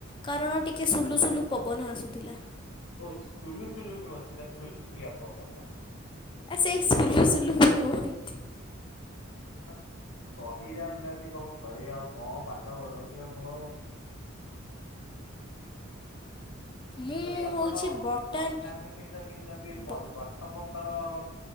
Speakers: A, on the left (about 25°); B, on the left (about 85°).
A: କାରଣ ଟିକେ ସୁଲୁ ସୁଲୁ ପବନ ଆସୁଥିଲା।
B: ଓ ସୁଲୁ ସୁଲୁ ନୁହଁ ସେଇଟା ସୁଲୁ ସୁଲିଆ ପବନ।
A: ଆ ସେଇ ଶୁଲୁ ଶୁଲୁ ବି କୁହ ନ୍ତି।
B: ଆପଣ କହି ଯାଣନାହାନ୍ତି କଁ କହିବେ ଆଉ କଁ ପାଠ ପଢଉଥିବେ ମୁଁ ଆଉ
A: ମୁଁ
B: ଯଦି ଆପଣ
A: ହେଉଛି ବଟାନ
B: ବଟାନୀ ଭିତରେ କି ଯଦି
A: ବ
B: ଗଛପତ୍ର